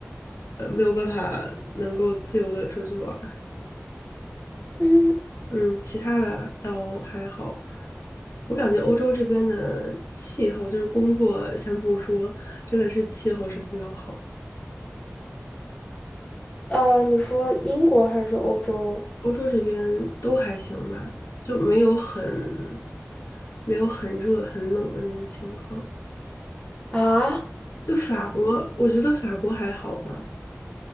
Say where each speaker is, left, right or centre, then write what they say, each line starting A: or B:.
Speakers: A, on the left; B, on the left.
A: 呃，没有办法能够自由的出去玩儿。
B: 嗯，
A: 嗯，其他的倒还好。我感觉欧洲这边的气候，就是工作先不说，真的是气候是比较好。
B: 呃，你说英国还是说欧洲
A: 欧洲这边都还行吧，就没有很没有很热很冷的那种情况。
B: 啊？
A: 就法国，我觉得法国还好吧。